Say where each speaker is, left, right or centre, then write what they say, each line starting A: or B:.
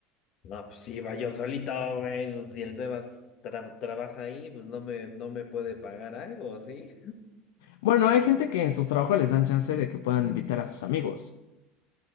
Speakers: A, on the left; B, on the left.
A: no, pues iba yo solito, güey. Pues, si el Sebas tra- trabaja ahí, pues no me, no me puede pagar algo, ¿sí?
B: Bueno, hay gente que en sus trabajos les dan chance de que puedan invitar a sus amigos.